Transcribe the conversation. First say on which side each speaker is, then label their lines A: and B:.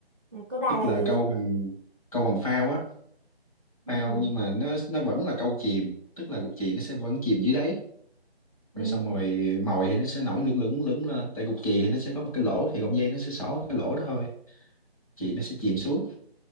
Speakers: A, on the right; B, on the left.
A: Câu đài
B: tức
A: là
B: là
A: gì?
B: câu bằng câu bằng phao á
A: Ừm,
B: phao nhưng mà nó nó vẫn là câu chìm tức là cục chì nó sẽ vẫn chìm dưới đáy
A: ừm,
B: rồi xong rồi mồi thì nó sẽ nổi lửng lửng lửng lên tại cục chì thì nó sẽ có một cái lỗ thì cọng dây nó sẽ xỏ cái lỗ đó thôi chì nó sẽ chìm xuống